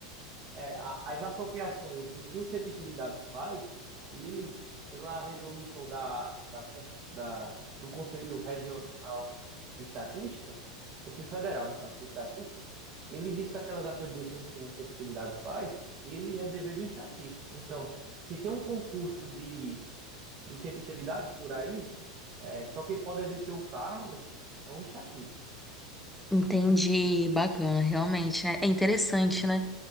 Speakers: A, on the right (about 35°); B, in the centre.
A: é, a- as apropriações, o que o cientista de dados faz, ele, pela resolução da, da, con- da- do Conselho Regional de Estatística, Conselho Federal, no caso de Estatística, ele diz que aquelas atribuições que um cientista de dados faz, ele é dever do estatístico. Então, se tem um concurso de, de cientista de dados por aí, é, só quem pode exercer o cargo é um estatístico.
B: entendi, bacana, realmente, né? É interessante, né?